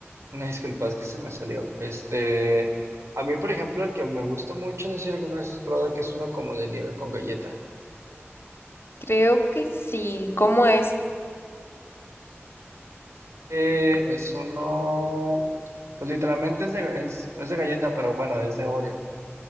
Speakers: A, on the right (about 85°); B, on the left (about 60°).
A: Una disculpa, es que se me salió. Este, a mí, por ejemplo, el que me gusta mucho, no sé si alguna vez has probado, que es uno como de nieve con galleta.
B: Creo que sí. ¿Cómo es?
A: Eh, es uno, pues literalmente es de, ga- es, es de galleta, pero bueno, es de Oreo.